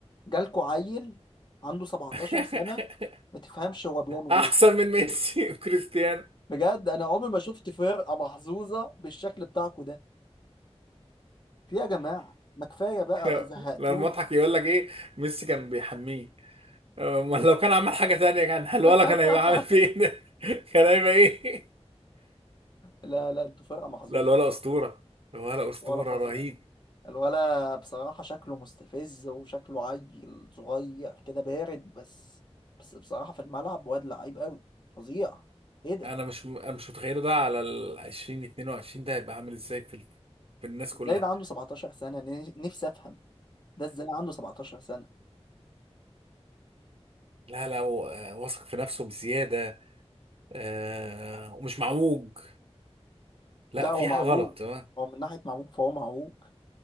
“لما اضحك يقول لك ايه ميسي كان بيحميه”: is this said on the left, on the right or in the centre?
Right